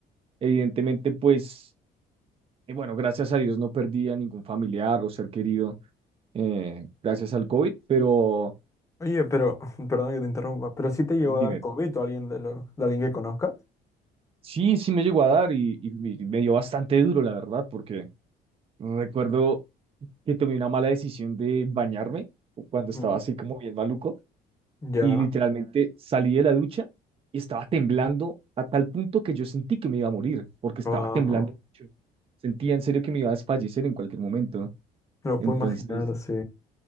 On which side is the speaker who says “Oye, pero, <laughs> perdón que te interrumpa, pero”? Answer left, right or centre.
Left